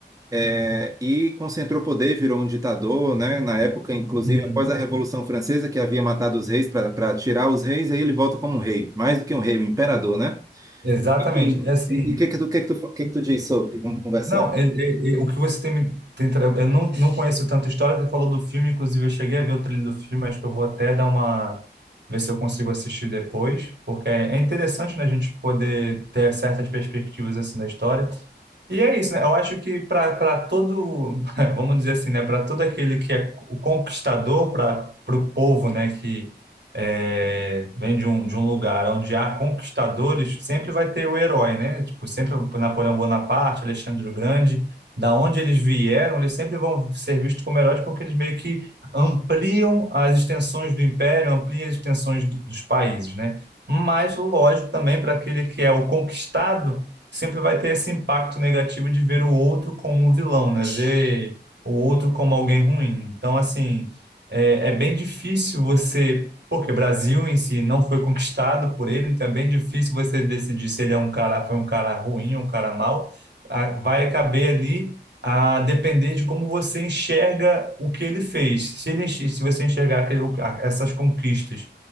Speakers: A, on the right; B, on the right.
A: é, e concentrou poder, virou um ditador, né? Na época, inclusive,
B: Sim.
A: após a Revolução Francesa, que havia matado os reis para tirar os reis, aí ele volta como um rei, mais do que um rei, um imperador, né?
B: Exatamente.
A: E que-
B: É assim,
A: e o que que tu, o que que tu, o que que tu diz sobre? Vamos conversar.
B: Não, é- é- é- o que você tem me tem tra- eu não, não conheço tanta história, você falou do filme, inclusive eu cheguei a ver o trailer do filme, acho que eu vou até dar uma, ver se eu consigo assistir depois, porque é é interessante, né, a gente poder ter certas perspectivas assim da história. E é isso, né? Eu acho que para todo, <laughs> vamos dizer assim, né? Para todo aquele que é o conquistador, para o povo, né? Que é, vem de um, de um lugar onde há conquistadores, sempre vai ter o herói, né? Tipo, sempre o Napoleão Bonaparte, Alexandre o Grande, da onde eles vieram, eles sempre vão ser vistos como heróis porque eles meio que ampliam as extensões do império, ampliam as extensões do- dos países, né? Mas, lógico, também para aquele que é o conquistado sempre vai ter esse impacto negativo de ver o outro como um vilão, né? Ver o outro como alguém ruim. Então, assim, é, é bem difícil você. Porque o Brasil em si não foi conquistado por ele, então é bem difícil você decidir se ele é um cara, foi um cara ruim, um cara mau. Ah, Vai caber ali a depender de como você enxerga o que ele fez. Se ele, enx- se você enxergar aquele- o- a- essas conquistas